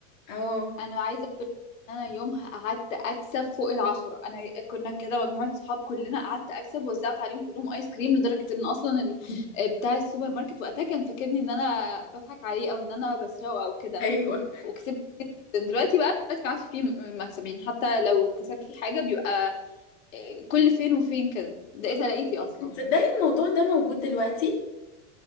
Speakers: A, on the left; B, on the left.
A: اه
B: انا عايزه اقول ان انا يومها قعدت اكسب فوق العشرة انا كنا كده مجموعه صحاب كلنا قعدت اكسب وزعت عليهم كلهم ايس كريم لدرجه ان اصلا ال...
A: <laughs>
B: آه، بتاع السوبر ماركت وقتها كان فاكرني ان انا بضحك عليه او ان انا بسرقه او كده
A: ايوه
B: وكسبت دلوقتي بقى دلوقتي ما عادش فيه م- مكسب يعني حتى لو كسبت فيه حاجه بيبقى آه، كل فين وفين كده ده اذا لقيتي اصلا
A: تصدقي الموضوع ده موجود دلوقتي